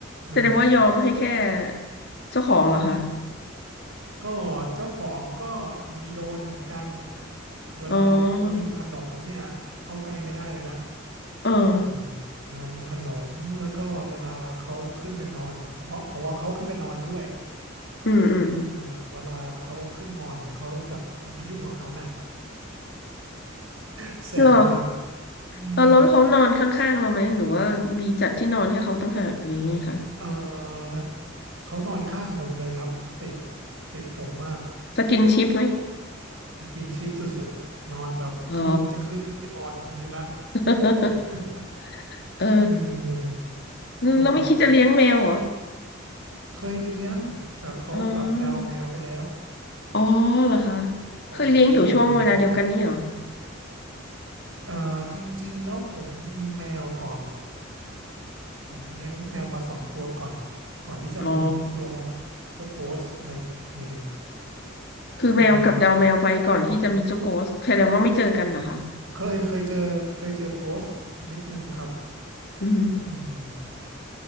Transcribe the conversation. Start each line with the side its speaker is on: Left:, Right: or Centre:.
Right: อ่า
Left: แสดงว่ายอมให้แค่เจ้าของเหรอคะ
Right: ก็เจ้าของก็มีโดนเหมือนกันเวลาเขามีขนมเนี่ยเข้าใกล้ไม่ได้เลยนะ
Left: อ๋อเออ
Right: อืมเวลามีขนมแล้วก็เวลาเขาขึ้นไปนอนเพราะว่าเพราะว่าเขาขึ้นไปนอนด้วย
Left: อืมอืม
Right: อ่าเวลาเขาขึ้นนอนเนี่ยเขาแบบอย่าไปยุ่งกับเขานะ <laughs> แสบมาก
Left: เหรอ
Right: อืม
Left: เอาแล้วเขานอนข้างๆเราไหมหรือว่ามีจัดที่นอนให้เขาต่างหากหรือไงคะ
Right: เออเขานอนข้างผมเลยครับเขาติดติดผมมาก
Left: สกินชิปไหม
Right: สกินชิปสุดๆนอนแบบครึ่งจะครึ่งที่นอนผมอยู่ละ
Left: อ๋อ <laughs>
Right: <laughs>
Left: เออ
Right: เออก็
Left: เราไม่คิดจะเลี้ยงแมวเหรอ
Right: เคยเลี้ยงแต่เขากลับดาวแมวไปแล้ว
Left: อ๋ออ๋อเหรอคะ
Right: สองตัวเลย
Left: เคยเลี้ยงอยู่ช่วงเวลาเดียวกันนี้เหรอ
Right: เอ่อจริงๆแล้วผมมีแมวก่อน ผมเลี้ยงแมวมาสองตัวก่อน ก่อนที่จะมีตัว
Left: อ๋อ
Right: ตัวโกสมาอีกทีหนึ่ง
Left: คือแมวกับดาวแมวไปก่อนที่จะมีเจ้าโกสแสดงว่าไม่เจอกันเหรอคะ
Right: อืมเคยเคยเจอเคยเจอโกสนิดนึงครับ
Left: อืม
Right: อืม